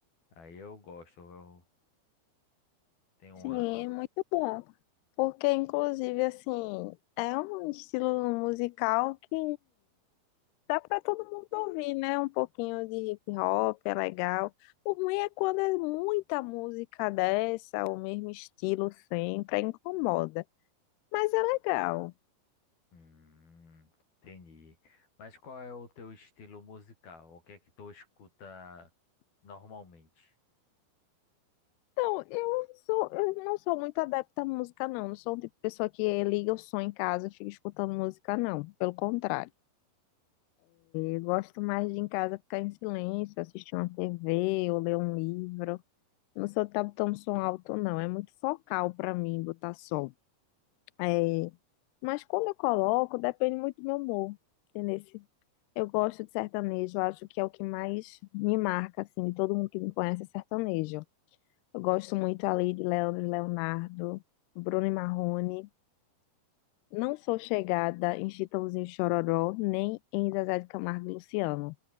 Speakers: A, on the left; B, on the left.
A: Aí eu gosto, eu tenho
B: Sim,
A: uma
B: é muito bom. Porque, inclusive, assim, é um estilo musical que dá para todo mundo ouvir, né? Um pouquinho de hip hop é legal. O ruim é quando é muita música dessa, o mesmo estilo sempre, aí incomoda. Mas é legal.
A: Hum, entendi. Mas qual é o teu estilo musical? O que é que tu escuta normalmente?
B: Então, eu sou, eu não sou muito adepta à música, não. Não sou o tipo de pessoa que liga o som em casa e fica escutando música, não. Pelo contrário. Eu gosto mais de em casa ficar em silêncio, assistir uma TV ou ler um livro. Não sou de estar tão som alto, não. É muito focal para mim botar som. É, Mas quando eu coloco, depende muito do meu humor. Entendeu? Eu gosto de sertanejo, eu acho que é o que mais me marca, assim, de todo mundo que me conhece é sertanejo. Eu gosto muito ali de Leandro e Leonardo, Bruno e Marrone. Não sou chegada em Chitãozinho e Chororó, nem em Zezé de Camargo e Luciano.